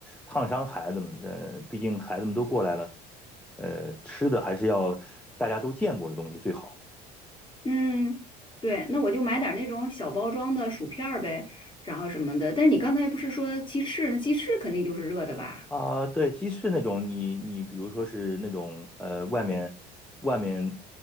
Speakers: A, in the centre; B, on the left (about 25°).
A: 烫伤孩子们的，毕竟孩子们都过来了，呃，吃的还是要大家都见过的东西最好。
B: 嗯，对，那我就买点儿那种小包装的薯片儿呗，然后什么的。但你刚才不是说鸡翅？那鸡翅肯定就是热的吧？
A: 啊，对，鸡翅那种你，你比如说是那种呃，外面外面